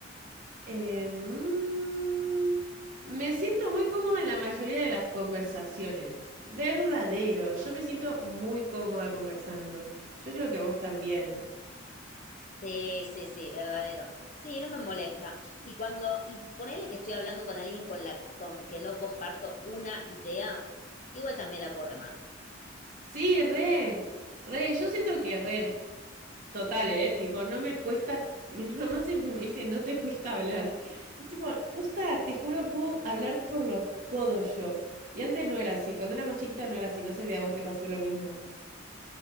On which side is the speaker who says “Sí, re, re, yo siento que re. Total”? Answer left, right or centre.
Right